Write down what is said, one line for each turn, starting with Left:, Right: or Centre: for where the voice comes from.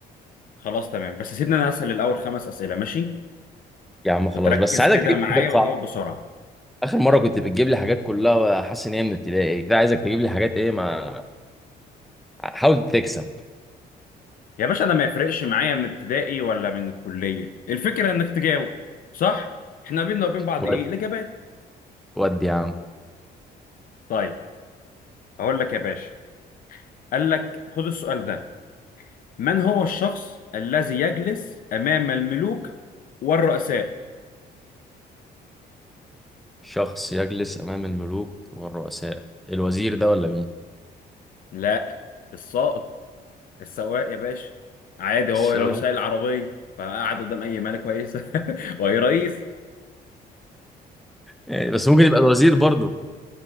Left: خلاص تمام بس سيبني انا اسال الاول خمس اسئله ماشي
Centre: يا عم خلاص
Left: وتركز
Centre: بس عايزك
Left: كده
Centre: تجيب
Left: معايا
Centre: حاجات
Left: وتجاوب
Centre: صعبه
Left: بسرعه
Centre: اخر مره كنت بتجيب لي حاجات كلها حاسس ان هي من ابتدائي كده عايزك تجيب لي حاجات ايه ما حاول تكسب
Left: يا باشا انا ما يفرقش معايا من ابتدائي ولا من الكليه الفكره انك تجاوب صح احنا بينا وبين بعض
Centre: ود
Left: ايه الاجابات
Centre: ودي يا عم
Left: طيب اقول لك يا باشا قال لك خد السؤال ده من هو الشخص الذي يجلس أمام الملوك والرؤساء
Centre: شخص يجلس امام الملوك والرؤساء الوزير ده ولا مين؟
Left: لا السائق السواق يا باشا عادي
Centre: الشاور.
Left: هو لو سايق العربية فقعد قدام أي مالك كويسة <laughs> وأي رئيس
Centre: يعني بس ممكن يبقى الوزير برضه